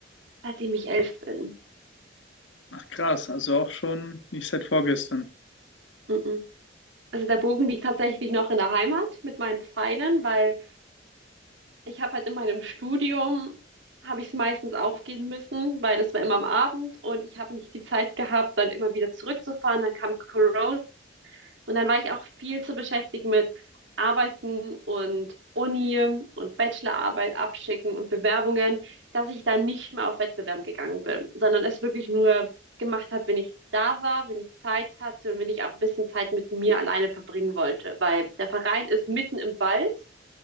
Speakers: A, on the right; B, on the left.
A: seitdem ich elf bin.
B: Ach krass, also auch schon nicht seit vorgestern.
A: Mm-mm. Also der Bogen liegt tatsächlich noch in der Heimat mit meinen Pfeilen, weil ich habe halt in meinem Studium, habe ich es meistens aufgeben müssen, weil das war immer am Abend und ich habe nicht die Zeit gehabt, dann immer wieder zurückzufahren. Dann kam Corona und dann war ich auch viel zu beschäftigt mit Arbeiten und Uni und Bachelorarbeit abschicken und Bewerbungen, dass ich dann nicht mehr auf Wettbewerben gegangen bin, sondern es wirklich nur gemacht habe, wenn ich da war, wenn ich Zeit hatte und wenn ich auch ein bisschen Zeit mit mir alleine verbringen wollte, weil der Verein ist mitten im Wald